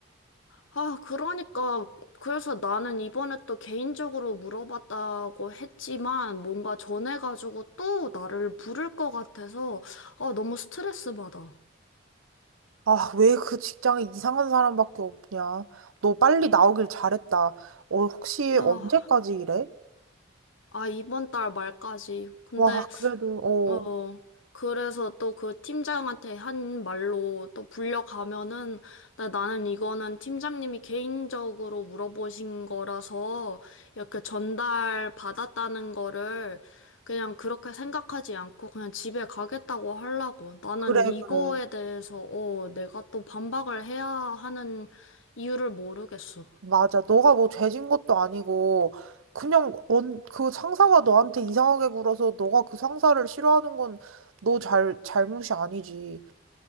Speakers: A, on the left (about 70°); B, on the right (about 80°).
A: 아, 그러니까, 그래서 나는 이번에 또 개인적으로 물어봤다고 했지만, 뭔가 전해가지고 또 나를 부를 것 같아서, 아, 너무 스트레스 받아.
B: 아, 왜 그 직장에 이상한 사람밖에 없냐? 너 빨리 나오길 잘했다. 어, 혹시
A: 아,
B: 언제까지 일해?
A: 아, 이번 달 말까지. 근데
B: 와, 그래도 어,
A: 어, 그래서 또 그 팀장한테 한 말로 또 불려가면은, 나, 나는 이거는 팀장님이 개인적으로 물어보신 거라서 이렇게 전달 받았다는 거를 그냥 그렇게 생각하지 않고 그냥 집에 가겠다고 하려고. 나는
B: 그래,
A: 이거에
B: 그래.
A: 대해서, 어, 내가 또 반박을 해야 하는 이유를 모르겠어.
B: 맞아. 너가 뭐 죄진 것도 아니고, 그냥 원, 그 상사가 너한테 이상하게 굴어서 너가 그 상사를 싫어하는 건 너 잘, 잘못이 아니지.